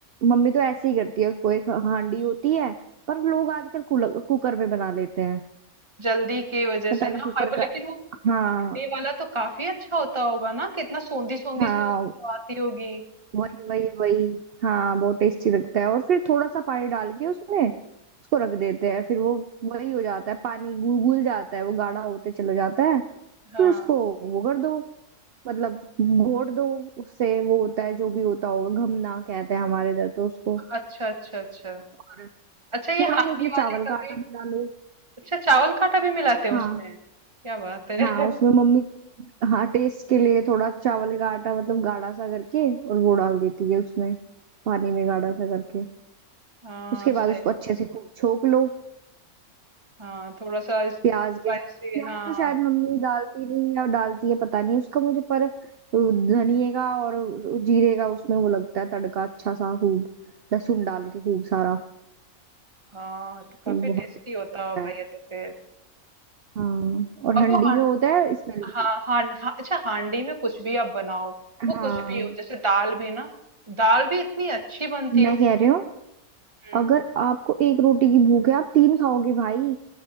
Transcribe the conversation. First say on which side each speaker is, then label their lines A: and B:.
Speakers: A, on the right; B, on the right.
A: मम्मी तो ऐसे ही करती है उसको एक हांडी होती है पर लोग आजकल कुल- कुकर में बना लेते हैं
B: जल्दी की वजह
A: पता
B: से ना
A: नहीं कुकर
B: हाँ पर लेकिन
A: का
B: वो
A: हाँ
B: ये वाला तो काफी अच्छा होता होगा ना कितना सोंधी सोंधी
A: हाँ
B: सी उसमें वो आती होगी
A: वही वही वही हाँ बहुत टेस्टी लगता है और फिर थोड़ा सा पानी डाल के उसमें उसको रख देते हैं फिर वो वही हो जाता है पानी घुल घुल जाता है वो गाढ़ा होते चला जाता है फिर
B: हाँ
A: उसको वो कर दो मतलब घोट दो उससे वो होता है जो भी होता होगा घमना कहते हैं हमारे इधर तो उसको
B: अच्छा अच्छा अच्छा
A: और
B: अच्छा ये
A: थोड़ा
B: हांडी
A: सा उसमें चावल
B: वाले
A: का
B: कभी
A: आटा मिला लो
B: अच्छा चावल का आटा भी मिलाते हैं
A: हाँ
B: उसमें क्या बात है
A: हाँ उसमें
B: <laughs>
A: मम्मी हाँ टेस्ट के लिए थोड़ा चावल का आटा मतलब गाढ़ा सा करके और वो डाल देती है उसमें पानी में गाढ़ा सा करके
B: हाँ
A: उसके बाद
B: सही
A: उसको अच्छे से खूब छोक लो
B: हाँ थोड़ा सा स्पाइसी
A: प्याज के साथ प्याज
B: हाँ
A: तो शायद मम्मी डालती नहीं या डालती है पता नहीं उसका मुझे पर वो धनिए का और जीरे का उसमें वो लगता है तड़का अच्छा सा खूब लहसुन डाल के खूब सारा
B: हाँ तो काफी
A: तो वो
B: टेस्टी
A: बहुत टेस्टी
B: होता
A: लगता
B: होगा
A: है
B: ये तो फिर
A: हाँ और
B: और
A: हंडी
B: वो हां
A: में होता है स्मेल भी
B: हाँ हाँ हाँ अच्छा हांडी में कुछ भी आप बनाओ
A: हाँ
B: वो कुछ भी हो जैसे दाल भी ना दाल भी इतनी अच्छी बनती
A: मैं
B: हो
A: कह रही हूँ
B: हम्म।
A: अगर आपको एक रोटी की भूख है आप तीन खाओगे भाई